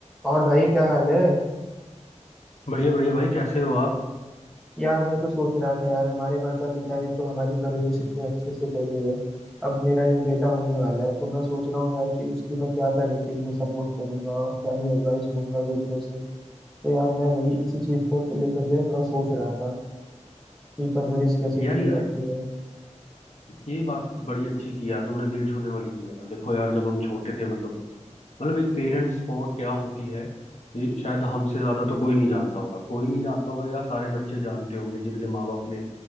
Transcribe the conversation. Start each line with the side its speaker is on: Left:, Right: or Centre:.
Centre: और भाई क्या हाल है
Left: बढ़िया बढ़िया भाई कैसे हो आप
Centre: यार मैं तो सोच रहा था यार हमारे माता पिता ने तो हमारी परवरिश इतने अच्छे से करी है अब मेरा एक बेटा होने वाला है तो मैं सोच रहा हूँ यार कि उसकी मैं क्या पेरेंटिंग में सपोर्ट करूंगा और क्या ही एडवाइस लूंगा दूसरों से तो यार मैं वही इसी चीज को तो लेकर के ना थोड़ा सोच रहा था कि परवरिश कैसे
Left: यार
Centre: की
Left: यार
Centre: जाती है
Left: ये बात बड़ी अच्छी की यार तुमने दिल छूने वाली की यार देखो यार जब हम छोटे थे मतलब मतलब एक पेरेंट सपोर्ट क्या होती है ये शायद हमसे ज्यादा तो कोई नहीं जानता होगा कोई नहीं जानता होगा या सारे बच्चे जानते होंगे जिनके माँ बाप ने